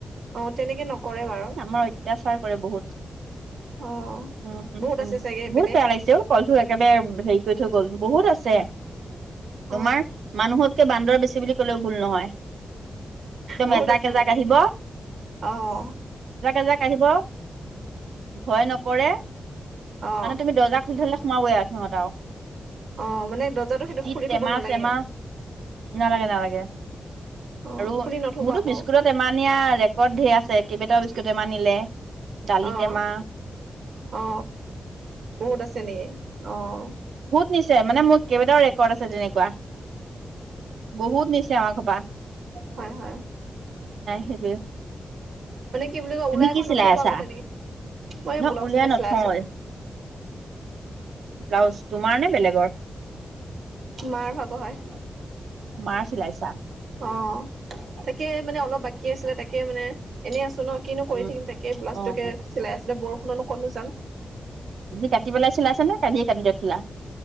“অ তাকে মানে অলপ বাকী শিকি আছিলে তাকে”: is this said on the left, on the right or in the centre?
Right